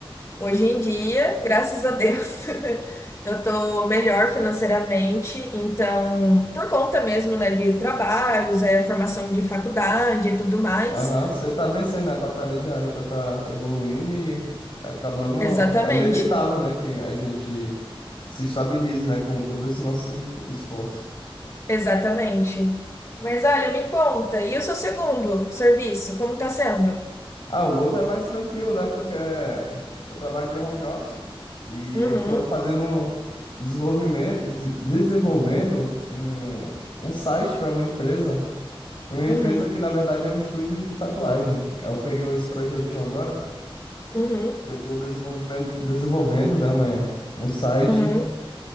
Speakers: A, on the left; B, on the left.
A: hoje em dia, graças a Deus, <laughs> eu tô melhor financeiramente. Então, por conta mesmo, né, de trabalhos, é, formação de faculdade e tudo mais.
B: Aham, você tá vencendo, né, a batalha diária pra tá evoluindo e acabando...
A: Exatamente,
B: É inevitável, né, que a gente se estabilize, né, com todo esse nosso esfo- esforço.
A: exatamente. Mas olha, me conta, e o seu segundo serviço, como tá sendo?
B: Ah, o outro é mais tranquilo, né? Porque eu trabalho de home office e
A: Uhum,
B: eu tô fazendo desenvolvimento, des- desenvolvendo um, um site para uma empresa. Uma empresa
A: uhum,
B: que, na verdade, é um estúdio de tatuagem. Eu peguei esse projetinho agora,
A: uhum,
B: que eu tô desenvolvimento, desenvolvendo, né, uma, um site
A: uhum.